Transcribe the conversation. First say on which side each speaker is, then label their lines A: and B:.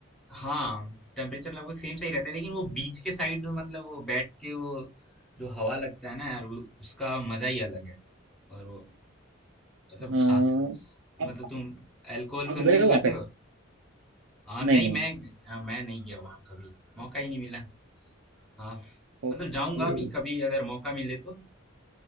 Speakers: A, in the centre; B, on the right.
A: हाँ टेम्परेचर लगभग सेम सही रहता है लेकिन वो बीच के साइड में मतलब वो बैठ के वो जो हवा लगता है ना यार वो उसका मजा ही अलग है और वो मतलब
B: हाँ
A: साथ
B: आप
A: मतलब तुम अल्कोहल
B: आप
A: कंज्यूम
B: गए हो वहाँ
A: करते
B: पे
A: हो आ, नहीं
B: नहीं नहीं
A: मैं
B: नहीं।
A: आ, मैं नहीं गया वहाँ कभी मौका ही नहीं मिला आ,
B: ओके
A: मतलब जाऊंगा भी कभी अगर मौका मिले तो